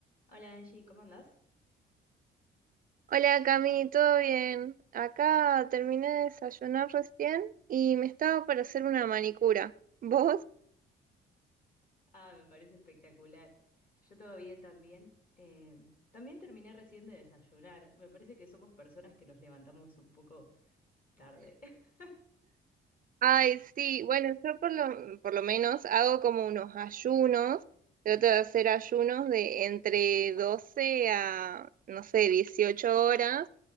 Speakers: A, on the left; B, on the right.
A: Hola Angie, ¿cómo andás?
B: Hola Cami, ¿todo bien? Acá terminé de desayunar recién y me estaba para hacer una manicura. ¿Vos?
A: Ah, me parece espectacular. Yo todo bien también. Eh, también terminé recién de desayunar. Me parece que somos personas que nos levantamos un poco tarde. <laughs>
B: Ay, sí, bueno, yo por lo, por lo menos hago como unos ayunos, trato de hacer ayunos de entre 12 a, no sé, 18 horas.